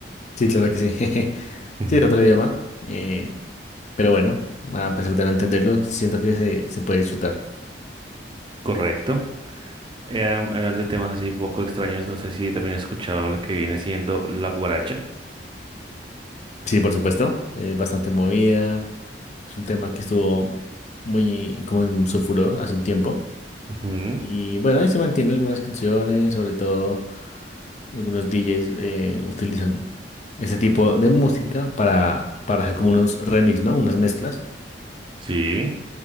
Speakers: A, on the left (about 40°); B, on the right (about 30°).
A: Sí, claro que sí. <laughs>
B: Ujú.
A: Sí, es otro idioma. eh, Pero bueno, a pesar de no entenderlo, siento que se, se puede disfrutar.
B: Correcto. Eh, hablando de temas así un poco extraños, no sé si también has escuchado lo que viene siendo la guaracha.
A: Sí, por supuesto, es bastante movida. Es un tema que estuvo muy como en su furor hace un tiempo.
B: Ujú.
A: Y bueno, ahí se mantienen algunas canciones, sobre todo algunos DJs eh, utilizan ese tipo de música para, para hacer como unos remix, ¿no? Unas mezclas.
B: Sí,